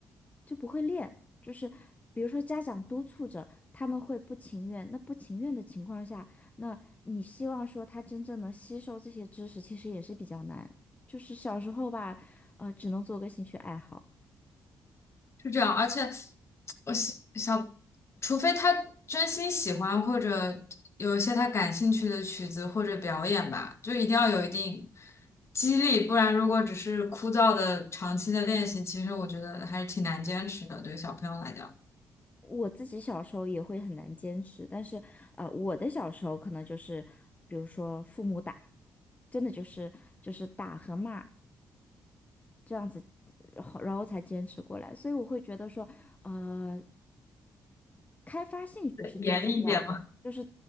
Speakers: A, on the left; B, on the left.
A: 就不会练，就是比如说家长督促着，他们会不情愿。那不情愿的情况下，那你希望说他真正能吸收这些知识，其实也是比较难。就是小时候吧，呃，只能做个兴趣爱好。
B: 是这样，而且我小小，除非他真心喜欢或者有一些他感兴趣的曲子或者表演吧，就一定要有一定激励，不然如果只是枯燥的长期的练习，其实我觉得还是挺难坚持的，对于小朋友来讲，
A: 我自己小时候也会很难坚持，但是呃，我的小时候可能就是，比如说父母打，真的就是就是打和骂。这样子，然后然后才坚持过来。所以我会觉得说，呃，开发兴趣是最重要的，
B: 严厉一点嘛。
A: 就是